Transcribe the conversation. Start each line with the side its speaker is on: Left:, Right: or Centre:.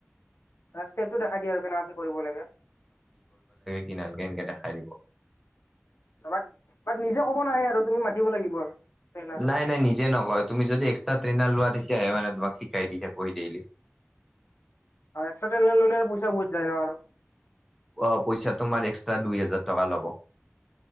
Left: ষ্টেপটো দেখাই দিয়ে আৰু কেনেকে কৰিব লাগে।
Centre: দিনালকে এনকে দেখাই দিব।
Left: তাত', তাত', নিজে কব নাহে আৰু। তুমি মাতিব লাগিব আৰু ট্ৰেইনাৰক
Centre: নাই নাই, নিজে নকয়। তুমি যদি, এক্সট্ৰা ট্ৰেইনাৰ লোৱা তেতিয়াহে মানে তোমাক শিকাই <unintelligible> ডেইলী।
Left: এক্সট্ৰা ট্ৰেইনাৰ ললে পইচা বহুত যায় ন আৰু।
Centre: অহ' পইচা তোমাৰ এক্সট্ৰা দুই হাজাৰ টকা ল'ব।